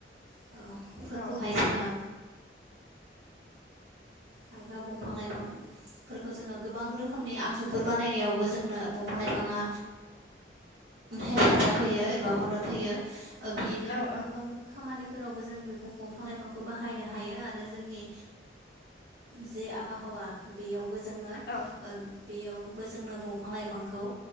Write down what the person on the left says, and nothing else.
औ
औ औ
औ